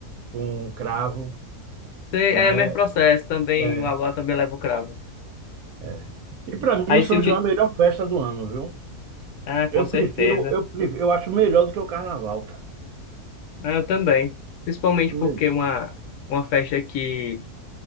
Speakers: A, on the right; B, on the left.
A: com cravo,
B: Sei,
A: né?
B: é o mesmo processo também,
A: É, é.
B: o aluá também leva o cravo.
A: é. E para mim
B: Aí
A: o São
B: se eu te...
A: João é a melhor festa do ano, viu?
B: Ah, com
A: Eu
B: certeza.
A: prefiro, eu, prefiro- eu acho melhor do que o carnaval, cara.
B: Ah, eu também. Principalmente
A: Acho
B: porque
A: melhor.
B: uma, uma festa que